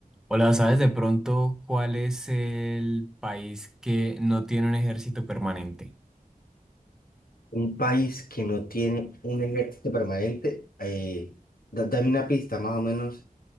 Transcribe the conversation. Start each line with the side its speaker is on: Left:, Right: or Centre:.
Centre: Hola, ¿sabes de pronto cuál es el país que no tiene un ejército permanente?
Left: Un país que no tiene un ejército permanente, eh, da- dame una pista más o menos